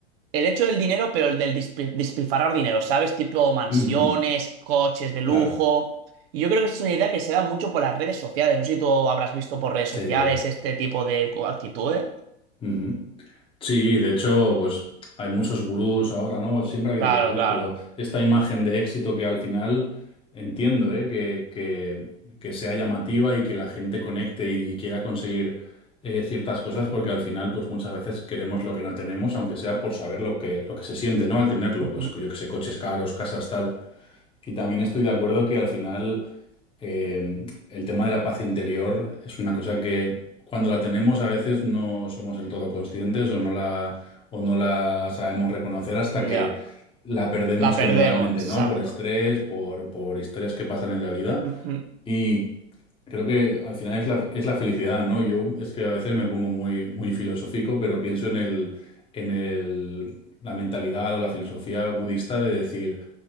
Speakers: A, on the right (about 60°); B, on the left (about 15°).
A: el hecho del dinero, pero el del dispi- despilfarrar dinero, ¿sabes? Tipo mansiones,
B: ujú,
A: coches de lujo.
B: Claro.
A: Y yo creo que esa es una idea que se da mucho por las redes sociales. No sé si tú habrás visto por redes sociales
B: Sí.
A: este tipo de actitudes.
B: ujú. Sí, de hecho, pues hay muchos gurús ahora, ¿no? Bueno, Siempre ha habido
A: Claro,
B: gurús,
A: claro.
B: pero esta imagen de éxito que al final entiendo, ¿eh? Que, que- que sea llamativa y que la gente conecte y, y quiera conseguir eh, ciertas cosas, porque al final, pues muchas veces queremos lo que no tenemos, aunque sea por saber lo que, lo que se siente, ¿no? Al tenerlo,
A: Ujú.
B: pues yo que sé, coches caros, casas, tal. Y también estoy de acuerdo que al final eh, el tema de la paz interior es una cosa que cuando la tenemos a veces no somos del todo conscientes o no la, o no la sabemos reconocer hasta
A: Ya.
B: que la perdemos
A: La
B: temporalmente,
A: perdemos, exacto.
B: ¿no? Por estrés, por, por historias que pasan en la vida.
A: Ujú,
B: Y creo que al final es la, es la felicidad, ¿no? Yo es que a veces me pongo muy, muy filosófico, pero pienso en el, en el, la mentalidad o la filosofía budista de decir